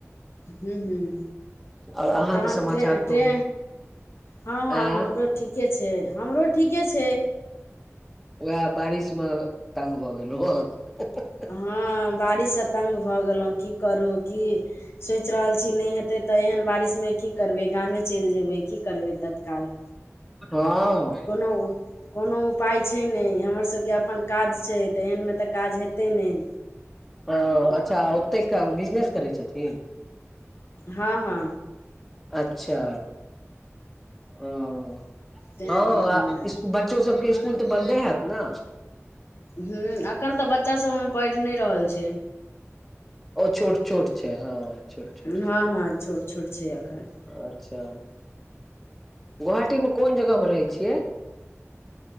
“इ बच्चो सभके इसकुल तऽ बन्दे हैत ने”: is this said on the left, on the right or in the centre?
Centre